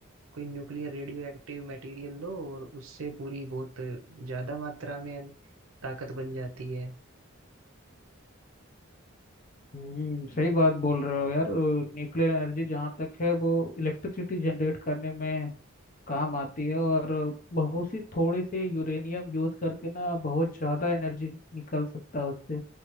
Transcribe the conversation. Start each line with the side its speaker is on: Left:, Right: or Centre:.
Right: कोई न्यूक्लियर रेडियो एक्टिव मटेरियल लो और उससे पूरी बहुत ज्यादा मात्रा में ताकत बन जाती है
Left: हम्म सही बात बोल रहे हो यार न्यूक्लियर एनर्जी जहाँ तक है वो इलेक्ट्रिसिटी जनरेट करने में काम आती है और बहुत सी थोड़ी से यूरेनियम यूज करके ना बहुत ज़्यादा एनर्जी निकल सकता है उससे